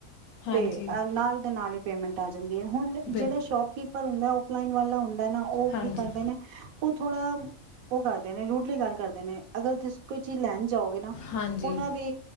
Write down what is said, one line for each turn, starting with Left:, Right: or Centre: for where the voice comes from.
Left: ਹਾਂਜੀ
Right: ਤੇ ਅਹ ਨਾਲ ਦੇ ਨਾਲ ਈ ਪੇਮੈਂਟ ਆ ਜਾਂਦ ਹੁਣ ਜਿਹੜੇ
Left: ਬਿਲ
Right: ਸ਼ੋਪਕੀਪ ਪਰ ਹੁੰਦਾ ਔਫਲਾਈਨ ਵਾਲਾ ਹੁੰਦਾ ਨਾ ਉਹ
Left: ਹਾਂਜੀ
Right: ਕੀ ਕਰਦੇ ਨੇ ਉਹ ਥੋੜਾ ਉਹ ਕਰਦੇ ਨੇ ਰੂਢਲੀ ਗੱਲ ਕਰਦੇ ਨੇ ਅਗਰ ਤੁਸੀਂ ਕੋਈ ਚੀਜ਼ ਲੈਣ ਜਾਓਗੇ ਨਾ
Left: ਹਾਂਜੀ
Right: ਉਹਨਾਂ ਦੀ